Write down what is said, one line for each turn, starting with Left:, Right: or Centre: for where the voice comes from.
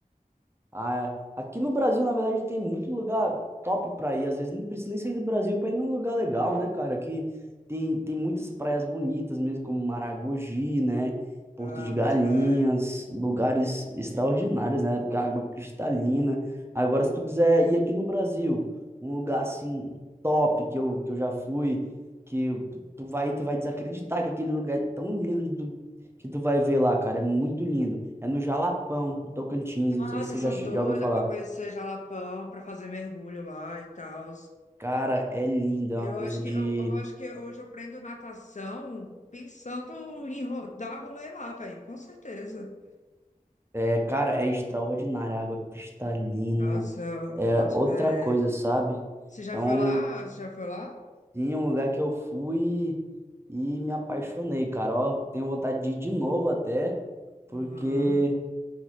Right: Ah, é. aqui no Brasil, na verdade, tem muito lugar top pra ir. Às vezes nem precisa nem sair do Brasil pra ir num lugar legal, né, cara? Aqui tem, tem muitas praias bonitas mesmo, como Maragogi, né? Porto
Left: Ah,
Right: de Galinhas,
Left: boto fé.
Right: lugares extraordinários, né? Porque a água é cristalina. Agora, se tu quiser ir aqui no Brasil, um lugar assim top que eu, que eu já fui, que tu tu vai, tu vai desacreditar que aquele lugar é tão lindo que tu vai ver lá, cara. É muito lindo. É no Jalapão, em Tocantins.
Left: Nossa,
Right: Não sei se você
Left: eu sou
Right: já, já
Left: doida
Right: ouviu falar.
Left: para conhecer Jalapão, para fazer mergulho lá e tal.
Right: Cara, é lindo. É
Left: Eu
Right: uma coisa
Left: acho que
Right: de.
Left: eu, eu acho que hoje eu aprendo natação pensando em ro- dar rolê lá, velho, com certeza.
Right: É, cara, é extraordinário. A água cristalina.
Left: Nossa,
Right: É
Left: boto
Right: outra
Left: fé.
Right: coisa, sabe?
Left: Você já
Right: É
Left: foi
Right: um,
Left: lá?
Right: lu-
Left: Você já foi lá?
Right: sim, um lugar que eu fui e, e me apaixonei, cara. Ó, tenho vontade de ir de novo até, porque,
Left: Uhum. O